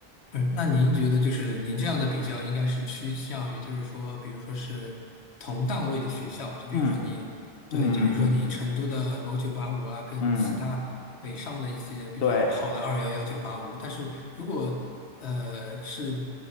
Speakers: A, on the left; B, on the left.
A: 不是，那您觉得就是您这样的比较，应该是趋向于就是说，比如说是同档位的学校，就比如说你对，
B: 嗯嗯嗯嗯嗯
A: 就比如说你成都的某九八五啊，跟其他北上的一些比较好的二幺幺九八五，
B: 嗯，对，
A: 但是如果呃是。